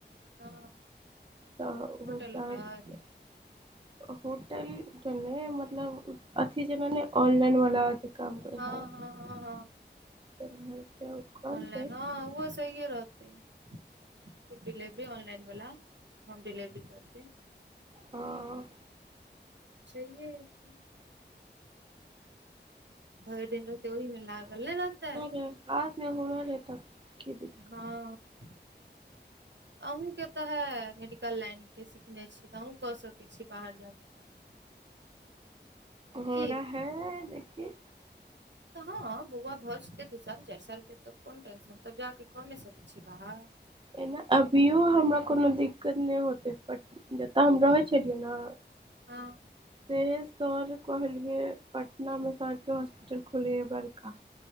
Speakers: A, on the right; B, on the right.
A: हँ
B: तऽ ओहो
A: होटल
B: चाहैत
A: उटल
B: हेतय। होटल त नहि, मतलब अथी जेना नहि, ऑनलाइन वला काम करै
A: हँ
B: ह
A: हँ हँ हँ
B: <unintelligible> करतै
A: ऑनलाइन हँ ओहो सहिये रहतै, फूड डिलेवरी ऑनलाइन वला। होम डिलेवरी करतै।
B: हंऽ
A: छहिये की। भरि दिन रहतै ओहीमे लागल, नहि रहतै।
B: हुंउ और। <unintelligible>
A: हँऽ अहूँ के तऽ हे, मेडिकल लाइन के सीखने छी तऽ, अहूँ कऽ सकय छी। छी बाहर जाक काम।
B: हाँ
A: की
B: रहै लेकिन
A: तऽ हँ बौआ भऽ जेतै दू साल चारि साल के तऽ, कोन टेंशन तब जाकऽ कऽ नहि सकय छी बाहर।
B: एना अभियो हमरा कोनो दिक्कत नहि होतय पर जत हम रहै छलियै न।
A: हं
B: सेहे सर कहलियए, पटनामे सर के हॉस्पिटल खुलय है बरका।